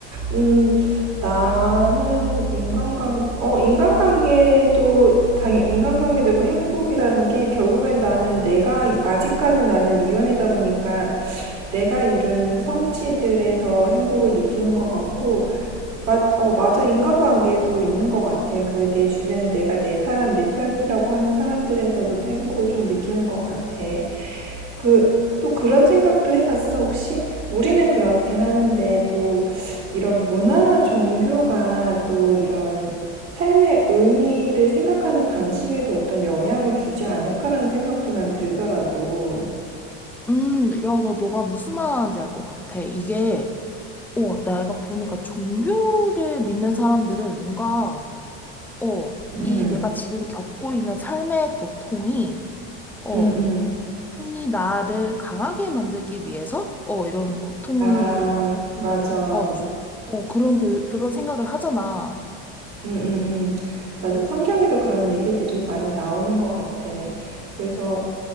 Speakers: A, on the right; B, in the centre.
A: 음, 나는 인간관, 어, 인간관계도, 당연, 인간관계도 있고 행복이라는 게 결국엔 나는 내가, 아직까지 나는 미혼이다 보니까 내가 이룬 성취들에서 행복을 느끼는 것 같고, 맞, 어, 맞아. 인간관계도 있는 것 같아. 그 내 주변에 내가 내 사람, 내 편이라고 하는 사람들에서도 또 행복을 좀 느끼는 것 같아. 그, 또 그런 생각도 해봤어, 혹시? 우리는 그렇긴 하는데, 또 이런 문화나 종교가 또 이런 삶의 의미를 생각하는 방식에도 어떤 영향을 주지 않을까라는 생각도 난 들더라고.
B: 음, 야, 나 너가 무슨 말 하는지 알 것 같아. 이게, 어, 내가 보니까 종교를 믿는 사람들은 뭔가, 어,
A: 음,
B: 이 내가 지금 겪고 있는 삶의 고통이, 어,
A: 음, 음.
B: 신이 나를 강하게 만들기 위해서, 어, 이런 고통을,
A: 아, 맞아.
B: 어, 주-
A: 음,
B: 어, 그런, 의- 그런 생각을 하잖아.
A: 음, 음. 맞아. 성경에도 그런 얘기들이 많이 나오는 것 같아. 그래서